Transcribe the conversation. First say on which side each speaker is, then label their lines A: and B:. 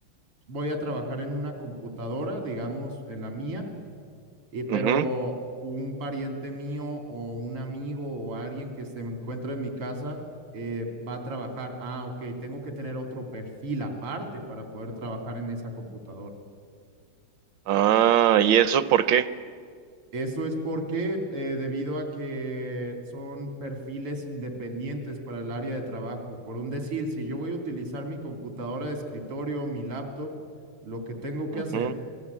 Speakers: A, on the right; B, on the right.
A: voy a trabajar en una computadora, digamos, en la mía, eh, pero
B: ujú.
A: un pariente mío o un amigo o alguien que se encuentra en mi casa eh, va a trabajar. Ah, ok, tengo que tener otro perfil aparte para poder trabajar en esa computadora.
B: Ah, ¿y eso por qué?
A: Eso es porque, eh, debido a que son perfiles independientes para el área de trabajo. Por un decir, si yo voy a utilizar mi computadora de escritorio, mi laptop, lo que tengo que
B: Ujú,
A: hacer